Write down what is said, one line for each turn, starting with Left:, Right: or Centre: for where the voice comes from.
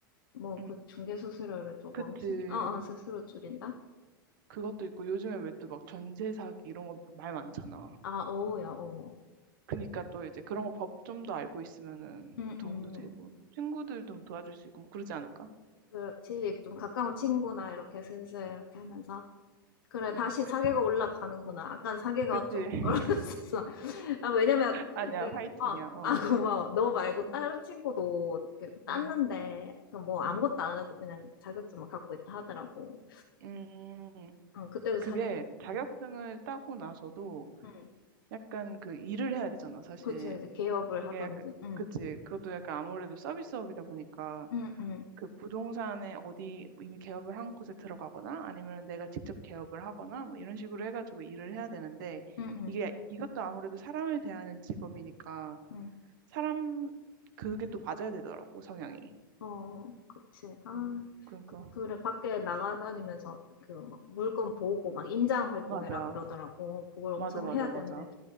Left: 뭐
Right: 음.
Left: 그 중개 수수료를 조금
Right: 그치.
Left: 어어 스스로 줄인다.
Right: 그것도 있고 요즘에 왜 또 막 전세 사기 이런 거 말 많잖아.
Left: 뭐아어야어
Right: 그니까 또 이제 그런 거 법 좀 더 알고 있으면은
Left: 음음
Right: 도움도 되고 친구들도 도와줄 수 있고 뭐 그러지 않을까?
Left: 그렇지 좀 가까운 친구나 이렇게 슬슬 이렇게 하면서. 그래,
Right: 그니
Left: 다시
Right: 그치
Left: 사계가
Right: 그치
Left: 올라가는구나. 아깐 사계가
Right: 그치
Left: 조금
Right: <laughs>
Left: 떨어졌었어. <laughs> 아, 왜냐면,
Right: 아니야
Left: 내,
Right: 화이팅이야
Left: 어,
Right: 어.
Left: 아, 고마워. 너 말고 다른
Right: 음,
Left: 친구도 이렇게 땄는데,
Right: 음,
Left: 그뭐 아무것도
Right: 음.
Left: 안 하고 그냥 자격증만 갖고 있다 하더라고.
Right: 음,
Left: 어, 그때도
Right: 그게
Left: 사계,
Right: 자격증을
Left: 응,
Right: 따고 나서도
Left: 응.
Right: 약간 그 일을 해야 되잖아, 사실.
Left: 그치, 이제 개업을
Right: 그게
Left: 하던지,
Right: 약간,
Left: 응,
Right: 그치. 그것도 약간 아무래도 서비스업이다 보니까
Left: 응, 응,
Right: 그 부동산에 어디 이미 개업을 한 곳에 들어가거나 아니면 내가 직접 개업을 하거나 뭐 이런 식으로 해가지고 일을 해야 되는데
Left: 응, 응,
Right: 이게 이것도 아무래도 사람을 대하는 직업이니까
Left: 응.
Right: 사람 그게 또 맞아야 되더라고 성향이.
Left: 어, 그치. 아,
Right: 응. 그러니까
Left: 그, 그래, 밖에 나가다니면서 그 막 물건 보고 막 임장 활동해라
Right: 맞아
Left: 그러더라고. 그걸 엄청
Right: 맞아 맞아
Left: 해야
Right: 맞아.
Left: 되는데.